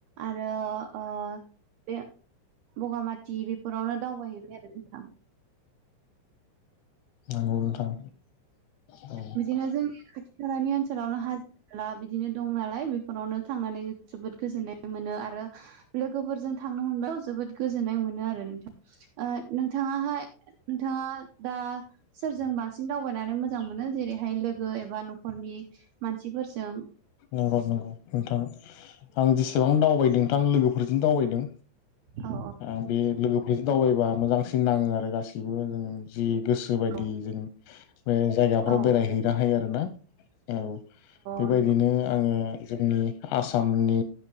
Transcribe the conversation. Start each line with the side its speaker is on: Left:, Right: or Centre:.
Right: आरो ओ बे बगामाथि बेफोरावनो दावबायहैबाय आरो नोंथां
Left: नंगौ नोंथां औ
Right: बिदिनो जोंनि खाथि खालानि ओनसोलावनो हाजो हाला बिदिनो दं नालाय बेफोरावनो थांनानै जोबोद गोजोननाय मोनो आरो लोगोफोरजों थां नो मोनबा जोबोद गोजोन्नाय मोनो आरो नोंथां ओ नोंथाङाहाय नोंथाङा दा सोरजोंबा बांसिं दावबायनानै मोजां मोनो जेरैहाय लोगो एबा नखरनि मानसिफोरजों
Left: नंगौ नंगौ नोंथां आं जेसेबां दावबायदों नोंथां लोगोफोर- फोरजों दावबायदों
Right: औ
Left: आं बे लोगोफोरजों दावबायबा मोजांसिन नाङो आरो गासैबो जों जि गोसो बायदि
Right: औ
Left: जों बे जायगाफ्राव
Right: औ
Left: बेरायहैनो हायो आरोना औ
Right: औ
Left: बेबायदिनो
Right: नंगौ
Left: आङो जोंनि आसामनि